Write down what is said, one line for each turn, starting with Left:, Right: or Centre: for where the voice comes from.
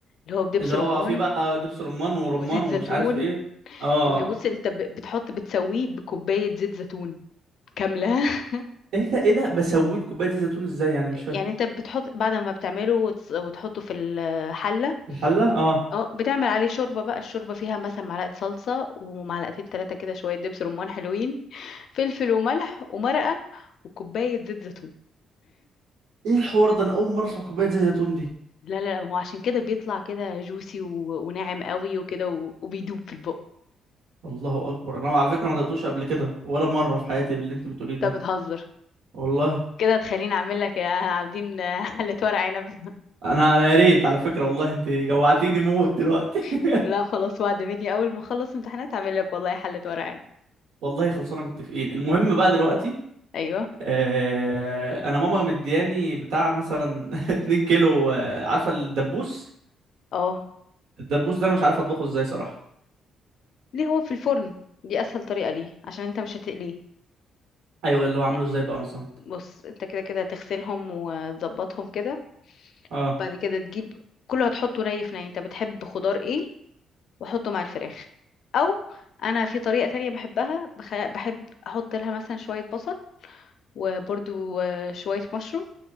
Left: اللي هو بدبس
Right: اللي هو
Left: رمان
Right: فيه بقى دبس رمان ورمان
Left: وزيت
Right: ومش
Left: زيتون
Right: عارف ايه اه
Left: انت بص انت ب- بتحط بتسويه بكوباية زيت زيتون كاملة <laughs>
Right: ايه ده ايه ده بسويه بكوبايه زيت زيتون ازاي يعني مش
Left: يعني
Right: فاهم
Left: انت بتحط بعد ما بتعمله وتس- وتحطه في الحلة
Right: الحلة اه
Left: اه بتعمل عليه شوربة بقى الشوربة فيها مثلا معلقة صلصة ومعلقتين ثلاثة كده شوية دبس رمان حلوين فلفل وملح ومرقة وكوباية زيت زيتون
Right: ايه الحوار ده انا اول مرة اسمع كوباية زيت زيتون دي
Left: لا لا لا ما هو عشان كده بيطلع كده جوسي و... وناعم قوي وكده و... وبيدوب في البق
Right: الله اكبر انا على فكرة ما دقتوش قبل كده ولا مرة في حياتي باللي انت بتقوليه ده
Left: انت بتهزر
Right: والله
Left: كده تخليني اعمل لك يا عابدين <laughs> آه، حلة ورق عنب
Right: انا انا يا ريت على فكرة والله انت جوعتيني موت دلوقتي <laughs>
Left: <laughs> لا خلاص وعد مني اول ما اخلص امتحانات اعمل لك والله حلة ورق عنب
Right: والله خلصانة متفقين المهم بقى دلوقتي
Left: ايوه
Right: آه انا ماما مدياني بتاع مثلا <laughs> 2 كيلو آه، عارفة الدبوس
Left: اه
Right: الدبوس ده انا مش عارف اطبخه ازاي صراحة
Left: ليه هو في الفرن دي اسهل طريقة ليه عشان انت مش هتقليه
Right: ايوه اللي هو عامله
Left: يعني
Right: ازاي بقى مثلا
Left: بص انت كده كده هتغسلهم وتظبطهم كده
Right: اه
Left: بعد كده تجيب كله هتحطه ني في ني انت بتحب خضار ايه وحطه مع الفراخ او انا في طريقة تانية بحبها بخ... بحب احط لها مثلا شوية بصل وبرده شوية مشروم